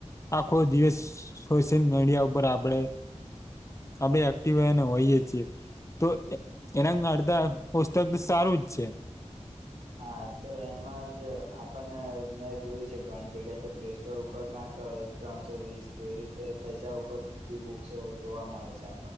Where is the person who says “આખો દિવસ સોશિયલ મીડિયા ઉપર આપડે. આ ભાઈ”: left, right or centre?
Left